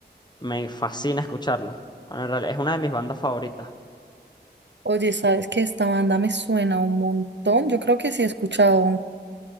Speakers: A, on the left; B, on the right.
A: me fascina escucharlo. Bueno, en realidad es una de mis bandas favoritas.
B: Oye, ¿sabes que Esta banda me suena un montón. Yo creo que sí he escuchado.